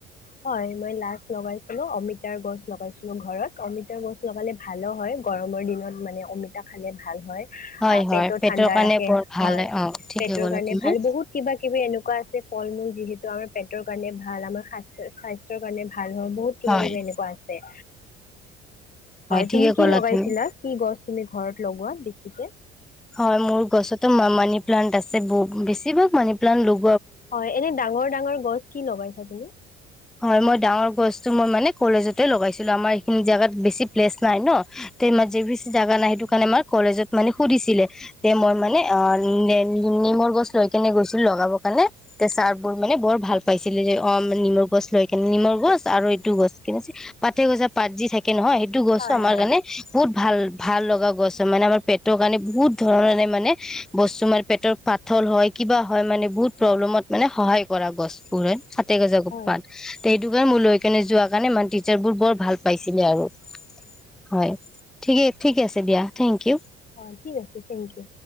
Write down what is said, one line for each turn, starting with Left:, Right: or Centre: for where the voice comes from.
Left: হয় মই লষ্ট লগাইছিলো অমিতাৰ গছ লগাইছিলো ঘৰত অমিতাৰ গছ লগালে ভালো হয় গৰমৰ দিনত মানে অমিতা খালে ভাল হয়
Centre: হয়
Left: আ
Centre: হয়
Left: পেটৰ ঠাণ্ডা
Centre: কাৰণে
Left: ৰাখে
Centre: বৰ ভাল
Left: হয়
Centre: অ ঠিকে
Left: পেটৰ
Centre: ক'লা
Left: কাৰণে
Centre: তুমি
Left: ভাল বহুত কিবা কিবি এনেকুৱা আছে ফল মূল যিহেতু ত আমাৰ পেটৰ কাৰণে ভাল আমাৰ স্বাস্থ্য স্বাস্থ্যৰ কাৰণে ভাল হয়ৰ বহুত কিবা
Centre: হয়
Left: কিবি এনেকুৱা আছে হয়
Centre: ঠিকে
Left: তুমি কি
Centre: ক'লা
Left: লগাইছিলা
Centre: তুমি
Left: কি গছ তুমি ঘৰত লগোৱাত বেছিকে
Centre: হয় মোৰ গছতো মানি প্লানট আছে বহু বেছিভাগ মানি প্লান্ত ল
Left: হয় এনে ডাঙৰ ডাঙৰ গছ কি লগবাইছা তুমি
Centre: হয় মই ডাঙৰ গছটো মই মানে কলেজতে লগাইছিলো আমাৰ এইখিনি জোগাত বেছি প্লেছ নাই ন তে মাজে
Left: আচ্ছা
Centre: বিিি জাগা ন ত কাৰণে আমাৰ কলেজত মানে সুধিছিলে তে মই মানে অ নিমৰ গছ লৈ কেনে গৈছিলো লগাব কাৰণে তে ছাৰ বোৰ মানে বৰ ভাল পাইছিলে যে অ নিম গছ লৈ কেনে নিমৰ গছ আৰু এইটো গছ কিনে পাতে গছা পাত যি থাক তাকে নহয় সেইটো গছো
Left: হয়
Centre: আমাৰ
Left: হয়
Centre: কাৰণে বহুত ভাল ভাল লগা গছ হয় মানে আমাৰ পেটৰ কাৰণে বহুত ধৰণে মানে বস্তু মানে পেটৰ পাথল হয় কিবা হয় মানে বহুত প্ৰব্লেমত মানে সহায় কৰা গছবোৰ হয়াতে গছ পান
Left: হয়
Centre: তে দুগাৰ মোৰলৈ কেনে যোৱা কাৰণে মানে টিচাৰ বোৰ বৰ ভাল পাইছিলে আৰু হয় ঠিক ঠিকে আছে দিয়া থেংক ইউ
Left: অ' ঠিক আছে থেংক ইউ।